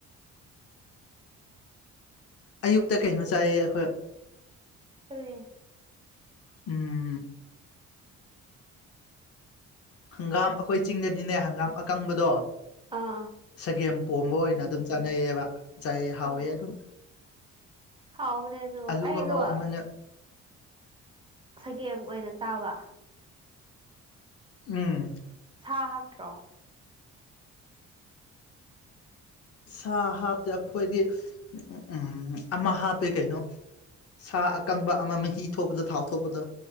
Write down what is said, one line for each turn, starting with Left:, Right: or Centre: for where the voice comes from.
Left: ꯑꯌꯨꯛꯇ ꯀꯩꯅꯣ ꯆꯥꯏꯌꯦ ꯑꯩꯈꯣꯏ
Right: ꯀꯔꯤ
Left: ꯎꯝ ꯍꯪꯒꯥꯝ ꯑꯩꯈꯣꯏ ꯆꯤꯡꯗꯗꯤꯅꯦ ꯍꯪꯒꯥꯝ ꯑꯀꯪꯕꯗꯣ
Right: ꯑꯥ
Left: ꯆꯒꯦꯝ ꯄꯣꯝꯕ ꯑꯣꯏꯅ ꯑꯗꯨꯝ ꯆꯥꯅꯩꯌꯦꯕ ꯆꯥꯏꯌꯦ ꯍꯥꯎꯋꯦ
Right: ꯑꯥ
Left: ꯑꯗꯨꯝ
Right: ꯍꯥꯎꯕꯅꯦ ꯑꯗꯣ
Left: ꯑꯂꯨ
Right: ꯑꯩꯗꯣ
Left: ꯀꯥꯡꯉꯥꯎ ꯑꯃꯅꯦ
Right: ꯆꯒꯦꯝ ꯑꯣꯏꯅ ꯆꯥꯕ
Left: ꯎꯝ
Right: ꯁꯥ ꯍꯥꯞꯇ꯭ꯔꯣ
Left: ꯁꯥ ꯍꯥꯞꯇꯦ ꯑꯩꯈꯣꯏꯗꯤ ꯎꯝ ꯑꯃ ꯍꯥꯞꯄꯦ ꯀꯩꯅꯣ ꯁꯥ ꯑꯀꯪꯕ ꯑꯃ ꯃꯍꯤ ꯊꯣꯛꯄꯗ ꯊꯥꯎ ꯊꯣꯛꯄꯗꯣ